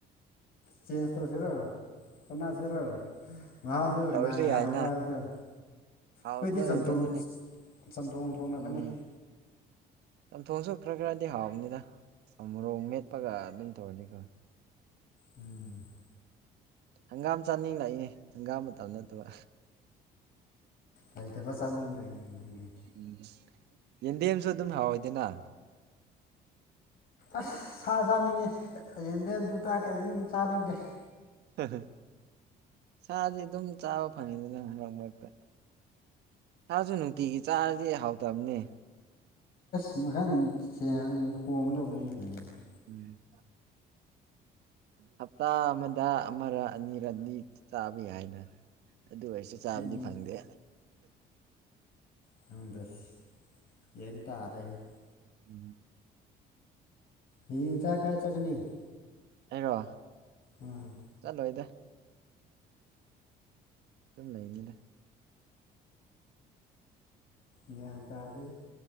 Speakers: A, on the left; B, on the right.
A: ꯆꯦꯟꯖ ꯇꯧꯁꯦꯔꯣ UNINTELLIGIBLE
B: ꯇꯧꯔꯁꯨ ꯌꯥꯏꯅ ꯍꯥꯎꯇꯕ
A: ꯈꯣꯏꯗꯤ ꯆꯝꯊꯣꯡ
B: ꯉꯥꯛꯇꯅꯤꯅꯦ
A: ꯆꯝꯊꯣꯡ- ꯊꯣꯡꯅꯀꯅꯤ
B: ꯎꯝ ꯆꯝꯊꯣꯡꯁꯨ ꯈ꯭ꯔ ꯈ꯭ꯔꯗꯤ ꯍꯥꯎꯕꯅꯤꯗ ꯑꯥ ꯃꯣꯔꯣꯛ ꯃꯦꯠꯄꯒ ꯑꯗꯨꯝ ꯇꯧꯔꯗꯤꯀꯣ
A: INAUDIBLE
B: ꯍꯪꯒꯥꯝ ꯆꯥꯅꯤꯡ ꯂꯛꯏꯅꯦ ꯍꯪꯒꯥꯝ ꯃꯇꯝ ꯅꯠꯇꯕ
A: ꯂꯩꯇꯕ ꯆꯥꯅꯤꯡ ꯂꯩꯅꯤꯡꯂꯩ
B: ꯎꯝ ꯌꯦꯟꯗꯦꯝꯁꯨ ꯑꯗꯨꯝ ꯍꯥꯎꯏꯗꯅ
A: ꯑꯥꯁ ꯁꯥ ꯆꯥꯅꯤꯡꯉꯦ ꯌꯦꯟꯗꯦꯝꯗꯨ ꯗꯥ ꯀꯥ ꯆꯥꯅꯤꯡꯗꯦ
B: INAUDIBLE ꯁꯥꯗꯤ ꯑꯗꯨꯝ ꯆꯥꯕ ꯐꯪꯉꯤꯗꯅꯥ ꯃꯔꯛ- ꯃꯔꯛꯇ ꯁꯥꯥꯖꯨ ꯅꯨꯡꯇꯤꯒꯤ ꯆꯥꯔꯗꯤ ꯍꯥꯎꯇꯝꯅꯦ
A: UNINTELLIGIBLE
B: INAUDIBLE ꯍꯞꯇꯥ ꯑꯃꯗ ꯑꯃꯔ- ꯑꯅꯤꯔꯗꯤ ꯆꯥꯕ ꯌꯥꯏꯅ ꯑꯗꯨꯑꯣꯏꯔꯁꯨ ꯆꯥꯕꯗꯤ
A: ꯎꯝ
B: ꯐꯪꯗꯦ
A: INAUDIBLE
B: INAUDIBLE
A: ꯍꯌꯦꯡꯆꯥꯛ ꯀꯥꯏ ꯆꯠꯀꯅꯤ
B: ꯑꯩꯔꯣ
A: ꯎꯝ
B: ꯆꯠꯂꯣꯏꯗ ꯑꯗꯨꯝ ꯂꯩꯅꯤꯗ
A: ꯒ꯭ꯌꯥꯟ ꯇꯥꯗꯦ